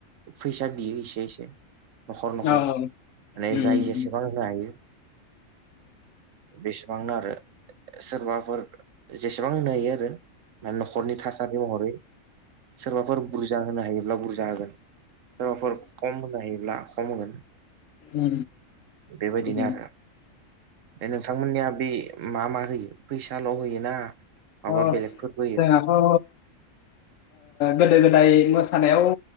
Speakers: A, on the right; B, on the left.
A: फैसा बियो एसे एसे न'खर न'खर
B: अ
A: माने
B: उम
A: जाय जेसेबां होनो हायो बेसेबांनो आरो सोरबाफोर जेसेबां होनो हायो आरो माने न'खरनि थासारि महरै सोरबाफोर बुरजा होनो हायोब्ला बुरजा होगोन सोरबाफोर खम होनो हायोब्ला खम होगोन
B: उम
A: बेबायदिनो
B: बिदिनो
A: आरो बे नोंथांमोननिया बे मा मा होयो फैसाल' होयोना माबा
B: ओ
A: बेलेगफोरबो होयो
B: जोङाथ' ओ गोदो गोदाय मोसानायाव